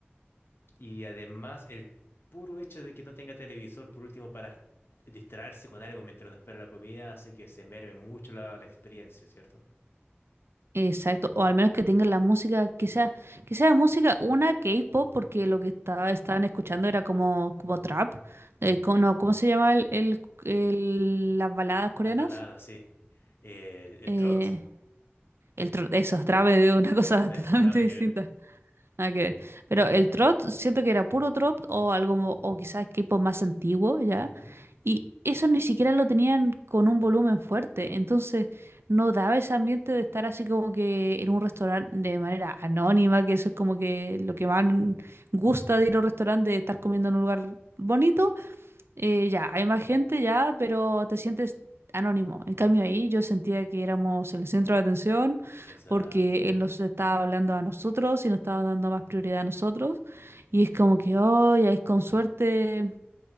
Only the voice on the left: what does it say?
y además el puro hecho de que no tenga televisor, por último, para distraerse con algo mientras uno espera la comida, hace que se merme mucho la, la experiencia, ¿cierto?
Las baladas, sí. El, el
trot.
Sí,
<laughs> nada
que ver.
Ujú,
Exacto.